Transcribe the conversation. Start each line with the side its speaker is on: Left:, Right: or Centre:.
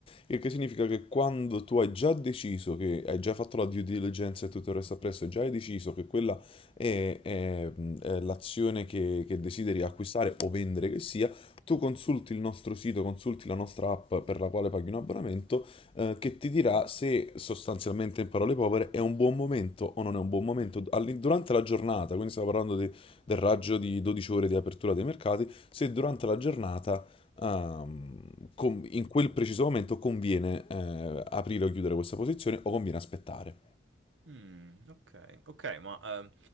Left: il che significa che quando tu hai già deciso che hai già fatto la due diligence e tutto il resto appresso, e già hai deciso che quella è, è, mh, è l'azione che, che desideri acquistare o vendere che sia, tu consulti il nostro sito, consulti la nostra app per la quale paghi un abbonamento eh, che ti dirà se sostanzialmente in parole povere è un buon momento o non è un buon momento all'in- durante la giornata, quindi stiamo parlando de- del raggio di 12 ore di apertura dei mercati, se durante la giornata ehm, con- in quel preciso momento conviene eh, aprire o chiudere questa posizione o conviene aspettare.
Right: Mh, okay, okay, ma, ehm,